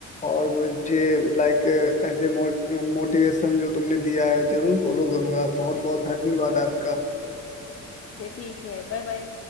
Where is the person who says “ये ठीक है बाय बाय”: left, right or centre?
Left